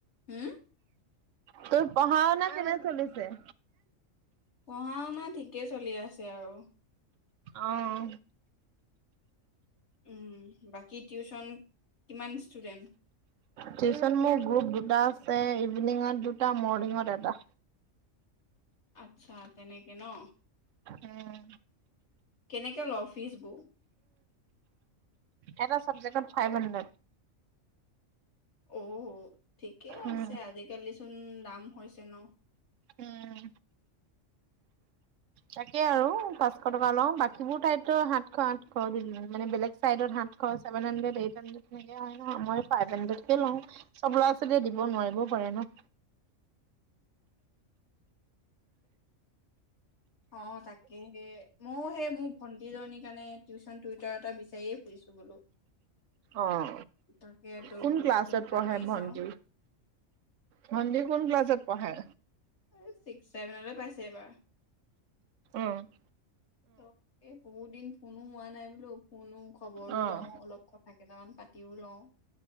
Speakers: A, on the left; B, on the right.
A: হম'
B: তোৰ পঢ়া শুনা কেনে চলিছে?
A: পঢ়া শুনা ঠিকেই চলি আছে আৰু
B: অঁ
A: উম' বাকী টিউচন কিমান ষ্টুডেণ্ট
B: টিউচন মোৰ গ্ৰুপ দুটা আছে ইভিনিঙত দুটা মৰ্ণিঙত এটা
A: আটচ্ছা তেনেকে ন,
B: উম,
A: কেনেকে লৱ ফ্ৰিজবোৰ
B: এটা চাবজেক্টত ফাইভ হাড্ৰেড
A: অ' উ ঠিকে
B: উম,
A: আছে আজিকালি। <unintelligible> দাম হৈছে ন'
B: উম। তাকে আৰু পাঁচশ টকা লওঁ বাকীবোৰ ঠাইতটো সাতশ আঠশ, বেলেগ চাইডত ছেভেন হানড্ৰেদ এইট হানড্ৰেদ নেকি, মই ফাইভ হানড্ৰেদ কে লওঁ, চব ল'ৰা ছোৱালীয়ে দিব নোৱাৰিবও পাৰে ন।
A: অ' তাকেহে মইয়ো সেই মোৰ ভন্টি জনীৰ কাৰণে টিউশচন টুইটাৰ এটা বিচাৰি বিচাৰি ফুৰিছোঁ বোলো।
B: অঁ
A: তাকে তো
B: কোন
A: বোলো
B: ক্লাছত
A: ফোন এটা
B: পঢ়ে
A: মাৰি
B: ভন্টি,
A: চাও
B: ভন্টিৰ কোন ক্লাছত পঢ়ে।
A: এই ছিক্স ছেভেন লৈ পাইছে এইবাৰ।
B: উম <inaudible>
A: ত এই বহুত দিন ফোনো হোৱা নাই বোলো ফোনো খবৰো
B: অ',
A: লওঁ অলপ কথা। কেইটামান পাতিও লওঁ